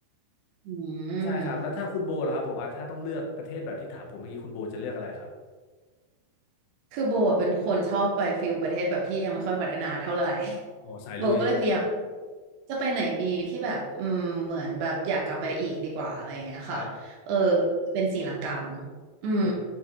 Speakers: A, on the right (about 80°); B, on the left (about 80°).
A: อืม
B: ใช่ครับแล้วถ้าคุณโบล่ะครับผมอ่ะถ้าต้องเลือกประเทศแบบที่ถามผมเมื่อกี้คุณโบจะเลือกอะไรครับ
A: คือโบอะเป็นคนชอบไปฟิลประเทศแบบที่ยังไม่ค่อยพัฒนาเท่าไหร่ <laughs>
B: อ๋อสายลุย
A: โบก็เลยพยายามจะไปไหนดีที่แบบอืมเหมือนแบบอยากกลับไปอีกดีกว่าอะไรอย่างเงี้ยค่ะเออ
B: ครับ
A: จะเป็นศรีลังกามั้งอืม
B: โอ้